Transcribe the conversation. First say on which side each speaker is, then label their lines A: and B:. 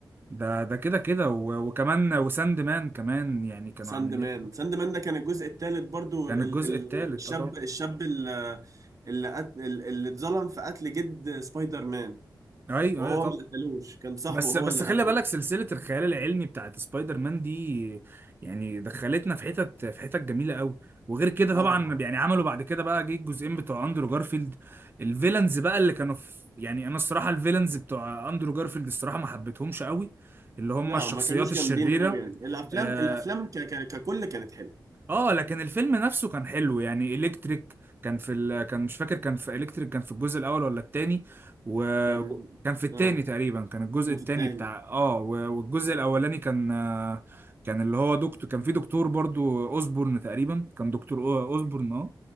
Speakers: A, on the right; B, on the right.
A: ده ده كده كده و- وكمان وساند مان كمان يعني كانوا
B: ساند
A: عاملين
B: مان ساند مان ده كان الجزء الثالث برضو
A: كان
B: ال...
A: الجزء
B: ال...
A: الثالث
B: الشاب
A: اه طبعا
B: الشاب اللي اللي, قت... اللي اتظلم في قتل جد سبايدر مان
A: ايوه
B: وهو
A: ايوه طبعا
B: ما قتلوش كان صاحبه
A: بس
B: هو
A: بس
B: اللي
A: خلي
B: قتله
A: بالك سلسله الخيال العلمي بتاعت سبايدر مان دي يعني دخلتنا في حتت في حتت جميله قوي وغير كده
B: لا
A: طبعا
B: طبعا
A: يعني عملوا بعد كده بقى جه الجزئين بتوع اندرو جارفيلد الفيلنز بقى اللي كانوا في يعني انا الصراحه الفيلنز بتوع اندرو جارفيلد الصراحه ما حبيتهمش قوي اللي هم
B: لا
A: الشخصيات
B: ما كانوش جامدين
A: الشريره
B: قوي يعني الافلام
A: آه،
B: الافلام ك... ك... ككل كانت حلوه
A: اه لكن الفيلم نفسه كان حلو يعني الكتريك كان في ال... كان مش فاكر كان في الكتريك كان في الجزء الاول ولا التاني وكان
B: كان
A: في التاني
B: اه
A: تقريبا كان الجزء
B: كان
A: التاني
B: في التاني
A: بتاع اه و- والجزء الاولاني كان آه، كان اللي هو دكتور كان في دكتور برضو اوزبورن تقريبا كان دكتور أو- اوزبورن اه